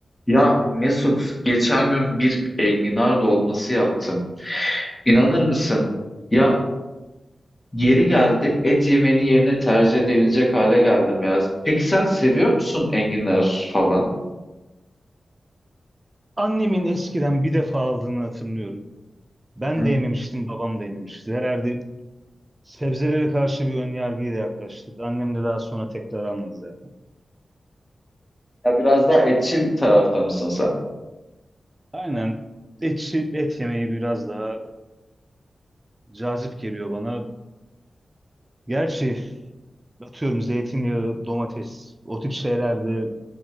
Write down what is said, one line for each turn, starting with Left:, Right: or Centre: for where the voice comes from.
Left: Ya Mesut geçen gün bir enginar dolması yaptım. İnanır mısın? Ya yeri geldi et yemeni yerine tercih edebilecek hale geldim ya. Peki sen seviyor musun enginar falan?
Right: Annemin eskiden bir defa aldığını hatırlıyorum. Ben
Left: Hı hı.
Right: de yememiştim, babam da yememişti. Herhalde sebzelere karşı bir önyargıyla yaklaştık. Annem de daha sonra tekrar almadı zaten.
Left: Ya biraz daha etçil tarafta mısın sen?
Right: Aynen et, et yemeği biraz daha cazip geliyor bana. Gerçi atıyorum zeytinyağı, domates, o tip şeylerde